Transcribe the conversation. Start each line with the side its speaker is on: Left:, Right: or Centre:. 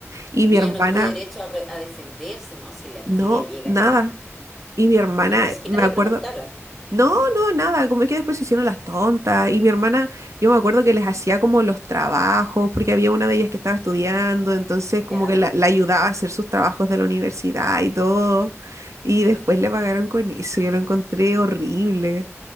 Right: Y
Centre: Y
Right: mi
Centre: ella
Right: hermana,
Centre: no tuvo derecho a, re- a defenderse, no, si la envidia
Right: no,
Centre: llega
Right: nada.
Centre: a niveles.
Right: Y mi hermana,
Centre: Ni, ni siquiera
Right: me acuerdo,
Centre: le preguntaron.
Right: no, no, nada. Como es que después se hicieron las tontas. Y mi hermana, yo me acuerdo que les hacía como los trabajos, porque había una de ellas que estaba estudiando, entonces como
Centre: Ya,
Right: que la, la ayudaba a hacer sus trabajos de la universidad y todo. Y después le pagaron con eso. Yo lo encontré horrible.